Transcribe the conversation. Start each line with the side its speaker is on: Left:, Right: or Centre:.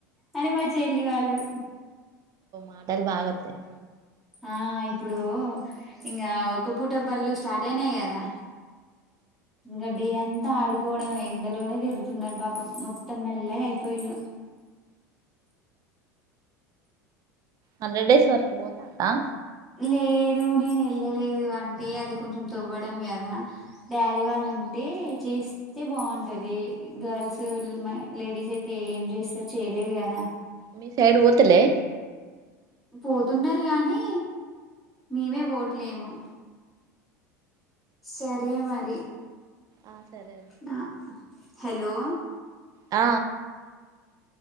Centre: అని మా చెల్లి వాళ్ళు
Right: మాటల్ బాగొతాయ్
Centre: ఆ ఇప్పుడూ ఇంగా ఒక పూట బళ్ళు స్టార్ట్ అయినాయి గదా ఇంగ డే అన్ ఆడుకోవడమే ఎండలోనే తిరుగుతున్నారు పాపం మొత్తం నల్లగా అయిపోయిళు
Right: హండ్రెడ్ డేస్ వరకు పోతాలా
Centre: లేదు నేను ఎళ్ళలేదు అంటే అది కొంచెం తవ్వడం కదా డాడీ వాళ్ళు ఉంటే చేస్ అయితే బాగుంటది గర్ల్స్ లేడీస్ అయితే ఏం చేస్తర్ చేయలేరు కదా
Right: మీ సైడ్ పోతలే
Centre: పోతున్నారు గానీ మేమే పోవట్లే ఏమో సరే మరి
Right: ఆ సరే
Centre: నా హలో హలో
Right: ఆ